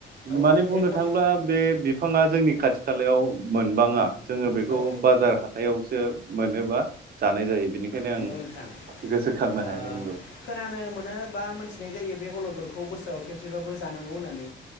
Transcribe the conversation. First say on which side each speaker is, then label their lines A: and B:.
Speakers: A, on the left; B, on the right.
A: औ
B: माने
A: बे
B: बुंनो
A: अल
B: थाङोब्ला बे बिफाङा जोंनि खाथि खालायाव मोनबाङा जोङो बेखौ
A: औ
B: बाजार हाथायावसो मोनोबा जानाय जायो बेनिखायनो
A: नंगौ
B: आं
A: नोंथां ओ
B: गोसोखांनो हायाखै नोंगौ
A: खोनानो मोनो बा मोनथिनाय जायो बे अलदर खौ बोसोराव खेबसेबाबो जानांगौ होननानै